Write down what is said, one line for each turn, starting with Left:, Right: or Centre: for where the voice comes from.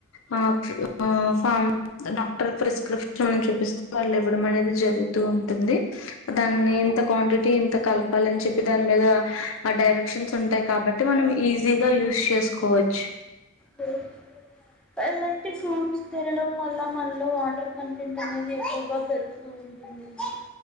Left: ఆ ప ఫామ్ డాక్టర్ ప్రేస్క్రిప్ మనం చూపిస్తే వాళ్ళు ఇవ్వడం అనేది జరుగుతూ ఉంటుంది దాన్ని ఇంత క్వాంటిటీ ఇంత కలు ప్పాలని చెప్పి దాని మీద ఆ డైరెక్షన్స్ ఉంటాయి కాబట్టి మనం ఈజీగా యూస్ చేసుకోవచ్చు
Centre: లేదు ఇలాంటి ఫ్రూట్స్ తినడం వల్ల మనలో వాటర్ కంటెంట్ అనేది ఎక్కువగా పెరుగుతూ ఉంటుంది లీ